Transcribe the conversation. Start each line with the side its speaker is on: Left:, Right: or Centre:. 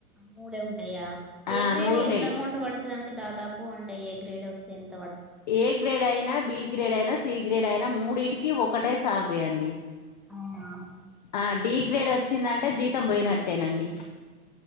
Centre: మూడే ఉంటాయా
Left: ఆ
Centre: ఏ గ్రేడ్
Left: మూడు ఉంటాయి
Centre: ఎంత అమౌంట్ పడుతుందండి దాదాపు అంటే ఏ గ్రేడ్ వస్తేంత
Left: ఏ గ్రేడ్ అయినా బి గ్రేడ్ అయినా సి గ్రేడ్ అయినా మూడిటికి ఒకటే సాలరీ అండి
Centre: అవునా
Left: ఆ డి గ్రేడ్ వచ్చిందంటే జీతం పోయినట్టే అట్టేనండి